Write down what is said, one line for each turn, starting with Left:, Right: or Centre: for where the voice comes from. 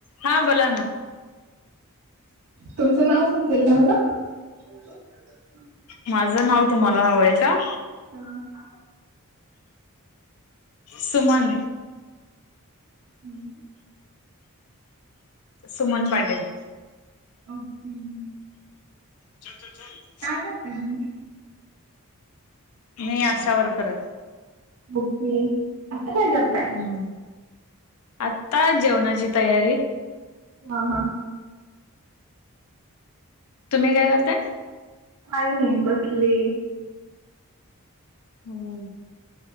Left: हा बोला ना
Right: तुमचं नाव समजल काय मला? <inaudible>
Left: माझं नाव तुम्हाला हवंय का?
Right: हं
Left: सुमन
Right: हम
Left: सुमन पाटील
Right: ओके
Left: चल चल चल
Right: काय करताय तुम्ही?
Left: मी अशा वर्कर
Right: <inaudible>
Left: हम् आता जेवणाची तयारी
Right: हा हा
Left: तुम्ही काय करताय?
Right: काही नाही बसले.
Left: हो